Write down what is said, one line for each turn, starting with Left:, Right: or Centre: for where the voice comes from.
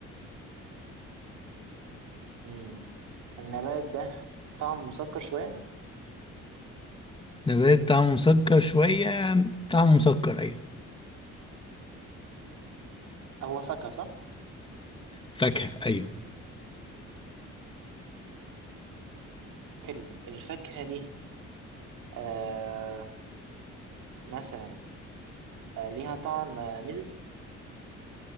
Right: امم النبات ده طعمه مسكر شويه
Left: نبات طعمه مسكر شويه طعمه مسكر ايوه
Right: هو فاكهه صح
Left: فاكهه ايوه
Right: حلو الفاكهه دي آه مثلا آه، ليها طعم آه، مزز